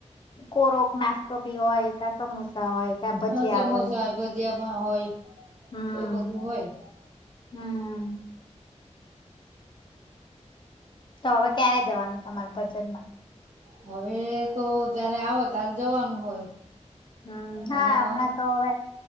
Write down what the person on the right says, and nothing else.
હ સમોસા
એ ભજ. <unintelligible>
એ બધું હોય.
હવે તો જયારે આવે ત્યારે જવાનું હોય.
અને